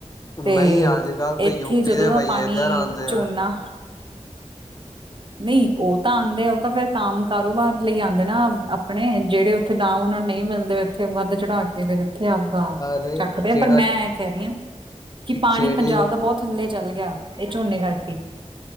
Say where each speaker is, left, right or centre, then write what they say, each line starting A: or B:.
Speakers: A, on the right (about 45°); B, on the left (about 30°).
A: ਤੇ
B: ਨਹੀਂ ਅੱਜ ਕੱਲ੍ਹ ਤਾਂ
A: ਇੱਥੇ
B: ਯੂਪੀ
A: ਜਦੋਂ
B: ਦੇ
A: ਦਾ
B: ਬਈਏ
A: ਪਾਣੀ
B: ਇੱਧਰ ਆਉਂਦੇ
A: ਝੋਨਾ
B: ਆ।
A: ਨਹੀਂ ਉਹ ਤਾਂ ਆਦੇ ਆ ਉਹ ਤਾਂ ਫਿਰ ਕੰਮ ਕਾਰੋਬਾਰ ਲਈ ਆਉਂਦੇ ਨਾ ਆਪਣੇ ਜਿਹੜੇ ਜਿੱਥੇ ਦਾਮ ਉਹਨਾਂ ਨੂੰ ਨਹੀਂ ਮਿਲਦੇ ਉੱਥੇ ਵੱਧ ਚੜਾ ਕੇ ਫਰ ਇੱਥੇ ਆਂਦੇ। ਭਾਰ
B: ਅਰੇ
A: ਚੱਕਦੇ
B: ਜਿਹੜਾ
A: ਆ ਪਰ ਮੈਂ ਕਹਿ ਰਹੀ ਹਾਂ, ਕਿ ਪਾਣੀ
B: ਜਿਹੜੇ
A: ਪੰਜਾਬ
B: ਉਹਨੂੰ
A: ਦਾ ਬਹੁਤ ਥੱਲੇ ਚੱਲ ਗਿਆ। ਇਹ ਝੋਨੇ ਕਰਕੇ।